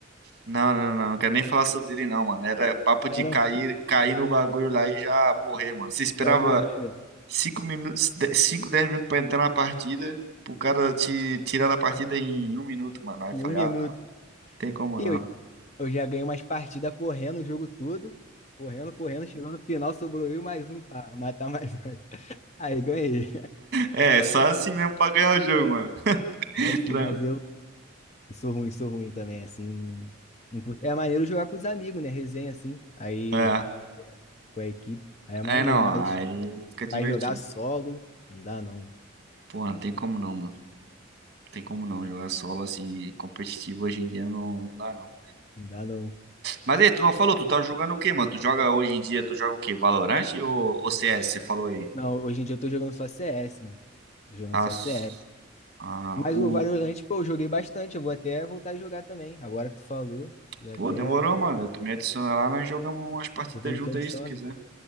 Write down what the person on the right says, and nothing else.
Não, não, não, não quero nem falar sobre ele, não, mano. Era papo
de
cair, cair no bagulho lá e já morrer, mano.
Você esperava
5 minutos, 5 10 minutos pra entrar na partida, pro cara te tirar da partida em um minuto, mano. Aí
eu falei,
ah, não, tem como
não.
<laughs>
É, só assim mesmo pra ganhar o jogo, mano. <laughs>
Pra
mim,
é,
é,
não,
aí fica divertido.
Pô, não tem como não, mano. Não tem como não. Jogar solo assim, competitivo hoje em dia não, não dá, não.
Mas aí, tu não falou, tu tá jogando o quê, mano? Tu joga hoje em dia, tu joga o quê? Valorant ou, ou CS, você falou aí?
Ah,
ah,
o...
Pô, demorou, mano. Tu me adiciona lá, nós jogamos umas partidas
juntas
aí, se tu quiser.